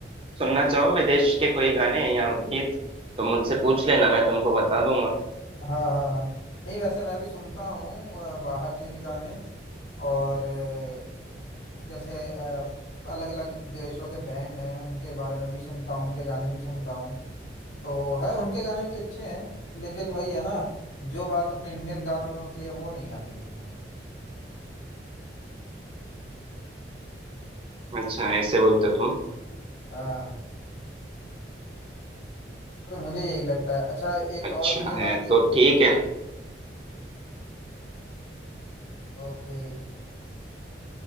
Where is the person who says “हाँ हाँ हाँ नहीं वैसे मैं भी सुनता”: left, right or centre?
Left